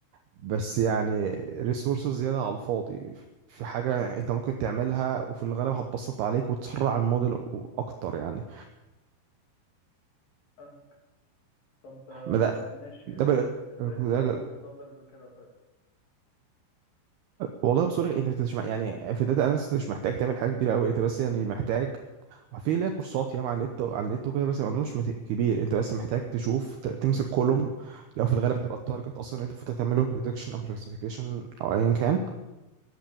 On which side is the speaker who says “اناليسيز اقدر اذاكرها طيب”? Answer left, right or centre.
Left